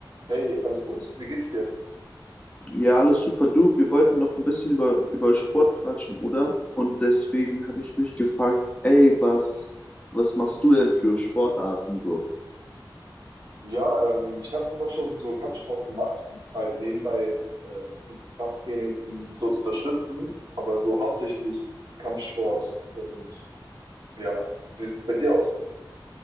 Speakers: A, on the right; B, on the left.
A: Hey, alles gut? Wie geht's dir?
B: Ja, alles super. Du, wir wollten noch ein bisschen über, über Sport quatschen, oder? Und deswegen habe ich mich gefragt, ey, was, was machst du denn für Sportarten so?
A: Ja, ähm, ich habe immer schon so Kampfsport gemacht und halt nebenbei äh, bisschen Krafttraining, um das so zu unterstützen, aber so hauptsächlich Kampfsport und ja, wie sieht's bei dir aus?